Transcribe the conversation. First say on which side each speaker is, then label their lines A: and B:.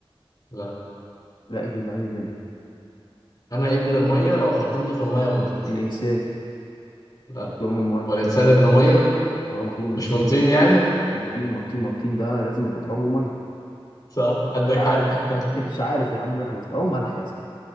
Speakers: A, on the left; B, on the left.
A: لا
B: لا ايه عادي تاني
A: أنا ابن المية لو حطيتني في المية أموت
B: الإنسان
A: لا
B: مخلوق من مية
A: والإنسان ابن مية
B: هو مخلوق من
A: مش
B: طين
A: من طين يعني
B: من طين ما الطين ما الطين ده لازم يبقى ترابه مية
A: صح عندك
B: مش عارف
A: حق <laughs>
B: <laughs> مش عارف يا عم اغلط هو ملح يا اسطى